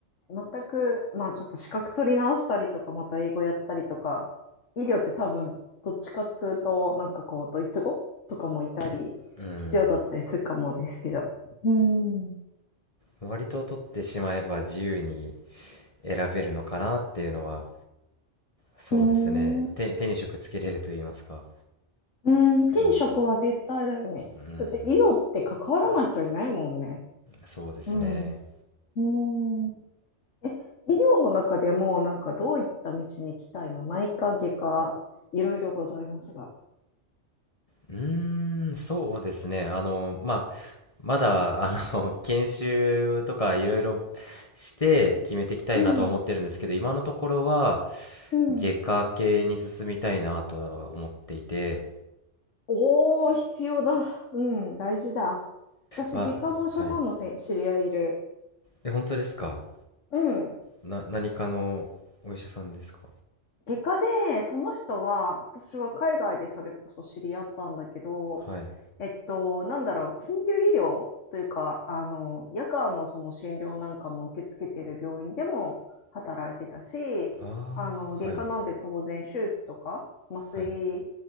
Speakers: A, on the left (about 85°); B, on the left (about 30°).
A: 全く、まあちょっと資格取り直したりとか、また英語やったりとか、医療って多分どっちかっつうと、なんかこう、ドイツ語とかもいたり、
B: うん。
A: 必要だったりするかもですけど。うん。う
B: 割と取ってしまえば自由に選べるのかなっていうのは、そうですね。
A: ーん。う
B: 手に、手に職つけれると言いますか。
A: ーん。転職は絶対だよね。
B: うん。うん。
A: だって医療って関わらない人いないもんね。
B: そうですね。
A: うん。うーん。え、医療の中でも、なんかどういった道に行きたいの内科、外科、いろいろございますが。
B: うーん、そうですね。あの、まあ、まだ、あの、<laughs> 研修とかいろいろして決めていきたいなとは思ってるんですけど、
A: うん、
B: 今のところは、
A: うん。
B: 外科系に進みたいなとは思っていて、
A: おー、必要だ。うん、大事だ。私、
B: まあ、
A: 外科のお医者さんのせ知り合いいる。
B: はい。え、本当ですか
A: うん。
B: な、何かのお医者さんですか
A: 外科で、その人は、私は海外でそれこそ知り合ったんだけど、
B: はい。
A: えっと、なんだろう、緊急医療というか、あの、夜間のその診療なんかも受け付けている病院でも働いてたし、
B: ああ、
A: あの、外科なんで当然手術とか、
B: はい、
A: 麻酔
B: はい、